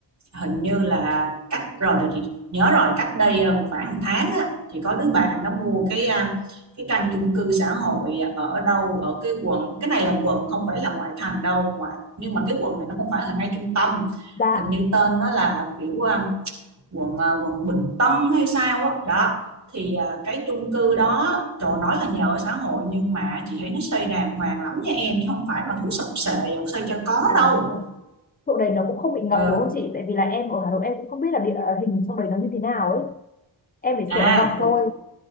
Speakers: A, on the right; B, on the left.
A: hình như là cách rồi để chị nhớ rồi cách đây à, một khoảng một tháng á chị có đứa bạn nó mua cái à, cái căn chung cư xã hội ở đâu ở cái quận cái này là quận không phải là ngoại thành đâu ngoại nhưng mà cái quận này nó không phải là ngay trung tâm
B: Dạ
A: hình như tên nó là kiểu à, quận ờ, quận Bình Tân hay sao á đó Đó thì ờ, cái chung cư đó trời nói là nhà ở xã hội nhưng mà chị thấy nó xây đàng hoàng lắm nha em chứ không phải mà kiểu sập xệ xây cho có
B: Ờ.
A: đâu
B: Chỗ đấy nó cũng không bị ngập
A: Ờ.
B: đúng không chị? Tại vì là em ở Hà Nội em cũng không biết là địa ờ, hình trong đấy nó như thế nào ấy. Em chỉ
A: à
B: sợ ngập
A: rồi
B: thôi.